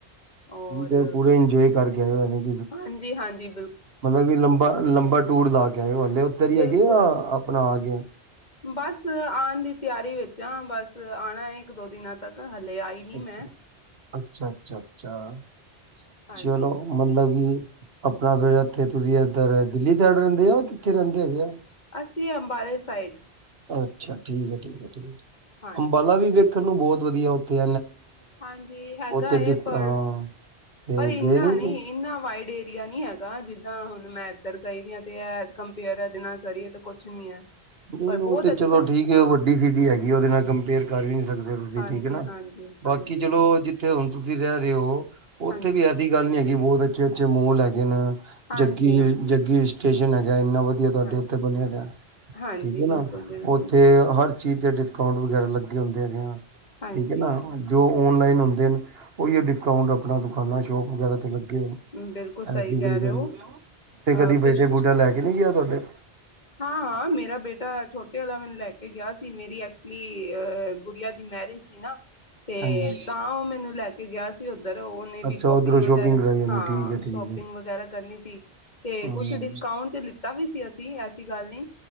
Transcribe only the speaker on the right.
ਤੇ ਪੂਰੇ <unintelligible>
ਮਤਲਬ ਕਿ ਲੰਬਾ-ਲੰਬਾ ਟੂਰ ਲਾ ਕੇ ਆਇਓ ਹਲੇੇ ਉੱਥੇ ਹੀ
ਹੈਗੇ ਜਾਂ ਆਪਣਾ ਆ ਗਏ ਓਹ।
ਅੱਛਾ,
ਅੱਛਾ-ਅੱਛਾ-ਅੱਛਾ
ਚਲੋ। ਮਤਲਬ ਕਿ ਆਪਣਾ ਫਿਰ ਇੱਥੇ ਤੁਸੀ ਇੱਧਰ ਦਿੱਲੀ ਸਾਈਡ ਰਹਿੰਦੇ ਆ ਕਿੱਥੇ ਰਹਿੰਦੇ ਹੈਗੇ ਆ।
ਅੱਛਾ, ਠੀਕ ਏ -ਠੀਕ ਏ।
ਅੰਬਾਲਾ ਵੀ ਵੇਖਣ ਨੂੰ ਬਹੁਤ ਵਧੀਆ ਉੱਥੇ।
<unintelligible>
ਗਏ ਨੀ
ਤੁ
ਉਹ
ਤੇ
ਚਲੋ ਠੀਕ ਏ।
ਵੱਡੀ ਸਿਟੀ ਹੈਗੀ ਉਹਦੇ ਨਾਲ ਕੰਪੇਅਰ ਕਰ ਵੀ ਨੀ ਸਕਦੇ ਤੁਸੀ
ਠੀਕ ਏ ਨਾ।
ਬਾਕੀ
ਚਲੋ ਜ ਜਿੱਥੇ ਹੁਣ ਤੁਸੀ ਰਹਿ ਰਹੇ ਹੋ ਉੱਥੇ
ਵੀ ਐਸੀ ਗੱਲ ਨਹੀ ਹੈਗੀ ਬਹੁਤ ਅੱਛੇ-ਅੱਛੇ ਮੋਲ ਹੈਗੇ ਨੇ।
ਜੱਗੀ-ਜੱਗੀ
ਸਟੇਸ਼ਨ ਹੈਗਾ ਇੰਨਾ ਵਧੀਆ ਤੁਹਾਡੇ
ਉੱਥੇ ਬਣਿਆਗਾ।
ਠੀਕ ਏ
ਨਾ
ਉੱਥੇ ਹਰ ਚੀਜ਼ ਦੇ ਡਿਸਕਾਊਟ ਵਗੈਰਾ ਲੱਗੇ ਹੁੰਦੇ ਹੈਗੇ
ਠੀਕ ਏ ਨਾ ਜੋ ਆਨਲਾਈਨ ਹੁੰਦੇ। ਉਹੀ ਡਿਸਕਾਊਟ ਆਪਣਾ ਦੁਕਾਨਾਂ ਸ਼ੋਪ ਵਗੈਰਾ 'ਤੇ ਲੱਗੇ ਆ।
ਐਸੀ
ਕੋਈ
ਗੱਲ
ਨੀ ਤੇ
ਕਦੀ
ਬੇਟਾ-ਬੂਟਾ ਲੈ ਕੇ ਨਹੀਂ ਗਿਆ ਤੁਹਾਡੇ।
ਹਾਂਜੀ
ਅੱਛਾ
ਉਧਰੋਂ
ਕਰਾਈ ਹੋਣੀ
ਠੀਕ ਹੈ ਠੀਕ
ਹੈ
ਹਮ